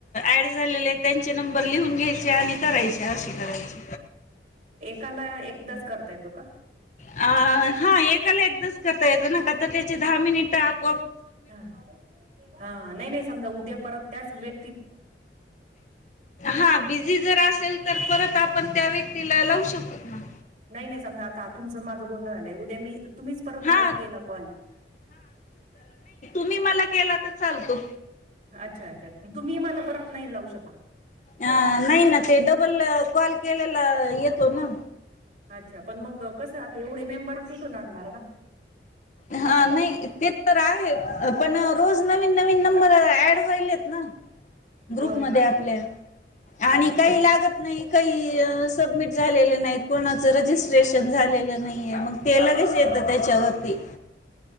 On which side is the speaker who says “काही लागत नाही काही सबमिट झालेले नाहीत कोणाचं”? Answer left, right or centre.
Left